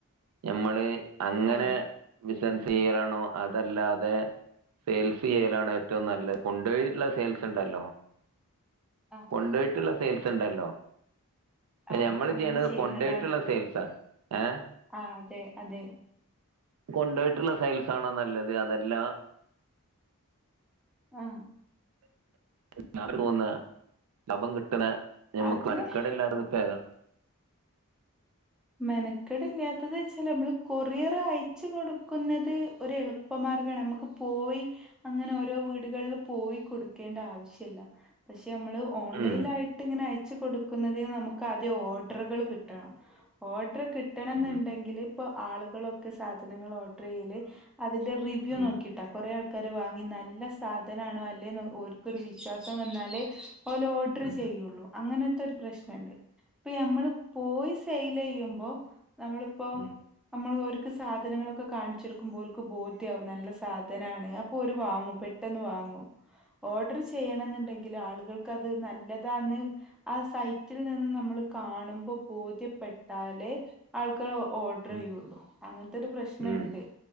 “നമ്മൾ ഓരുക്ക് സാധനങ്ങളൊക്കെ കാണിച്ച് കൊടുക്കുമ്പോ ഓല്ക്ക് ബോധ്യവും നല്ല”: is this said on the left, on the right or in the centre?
Centre